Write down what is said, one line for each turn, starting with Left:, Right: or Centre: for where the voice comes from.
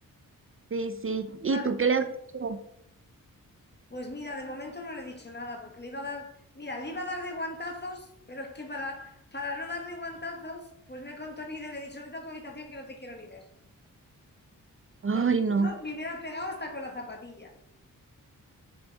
Right: Sí, sí, ¿y
Left: ¿Sabes?
Right: tú qué le has dicho?
Left: Pues mira, de momento no le he dicho nada porque le iba a dar, mira, le iba a dar de guantazos, pero es que para, para no darle guantazos, pues me he contenido y le he dicho, vete a tu habitación que no te quiero ni ver.
Right: Ay,
Left: Porque
Right: no,
Left: si no, me hubiera pegado hasta con la zapatilla.